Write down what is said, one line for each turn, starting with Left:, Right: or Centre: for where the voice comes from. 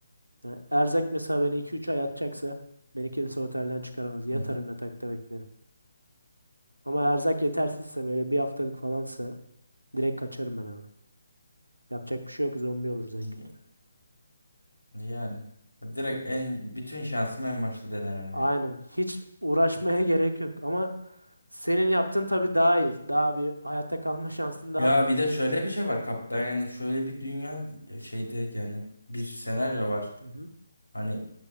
Right: Yani erzak mesela beni iki üç ay atacaksa beni kimse otelden çıkaramaz. Yatarım
Left: Hı hı.
Right: yatakta beklerim. Ama erzak yetersizse böyle bir haftalık falansa direkt kaçarım ben abi. Yapacak bir şey yok zombi oluruz
Left: Y-
Right: en kötü.
Left: Yani. Direkt en bütün şansımı en başta denerim
Right: Aynen
Left: diyor.
Right: hiç uğraşmaya <laughs> gerek yok ama senin yaptığın tabii daha iyi. Daha bir hayatta kalma <laughs> şansın daha
Left: Ya
Right: fazla.
Left: bir de şöyle bir şey var kap ben yani şöyle bir dünya e, şeyde yani bir senaryo var.
Right: Hı hı.
Left: Hani